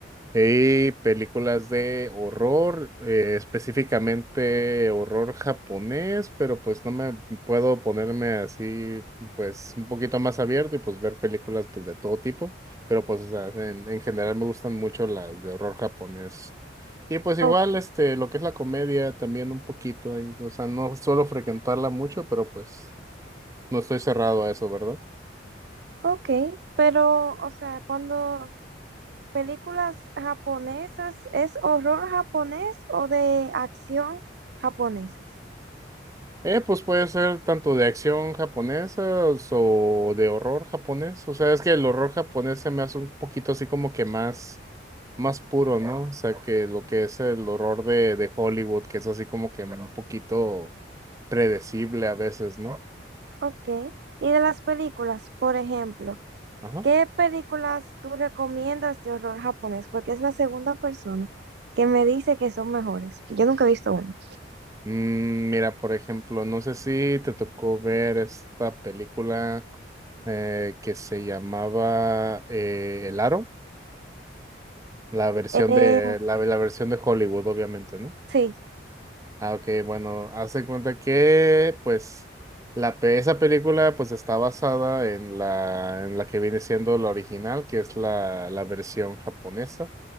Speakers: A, on the right; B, on the right.
A: y películas de horror, eh, específicamente horror japonés, pero pues no me puedo ponerme así, pues un poquito más abierto y pues ver películas pues de todo tipo, pero pues o sea, en, en general me gustan mucho las de horror japonés. Y pues igual,
B: Oh,
A: este, lo que es la comedia también un poquito ahí, o sea, no suelo frecuentarla mucho, pero pues no estoy cerrado a eso, ¿verdad?
B: ok, pero, o sea, cuando películas japonesas, ¿es horror japonés o de acción japonesas?
A: Eh, pues puede ser tanto de acción japonesa o de horror japonés. O sea, es que el horror japonés se me hace un poquito así como que más, más puro, ¿no? O sea, que lo que es el horror de, de Hollywood, que es así como que un poquito predecible a veces, ¿no?
B: Ok, y de las películas, por ejemplo,
A: Ajá.
B: ¿qué películas tú recomiendas de horror japonés? Porque es la segunda persona que me dice que son mejores. Yo nunca he visto una.
A: Mm, mira, por ejemplo, no sé si te tocó ver esta película eh, que se llamaba eh, El Aro, la versión
B: Eh,
A: de, la la versión de Hollywood, obviamente, ¿no?
B: sí,
A: Ah, ok, bueno, hace cuenta que, pues, la, pe- esa película, pues, está basada en la, en la que viene siendo la original, que es la, la versión japonesa